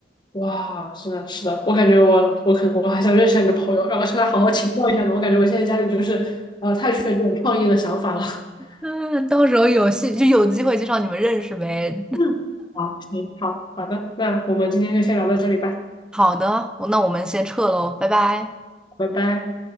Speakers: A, on the left; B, in the centre.
A: 哇，是的，是的，我感觉我我可能我还想认识下你的朋友，然后向他好好请教一下呢。我感觉我现在家里就是呃太缺这种创意的想法了。<laughs>
B: 嗯，到时候有戏就有机会介绍你们认识呗。
A: 嗯，好，行，好，好的，那我们今天就先聊到这里吧，
B: 好的，我那我们先撤喽，拜拜。
A: 拜拜。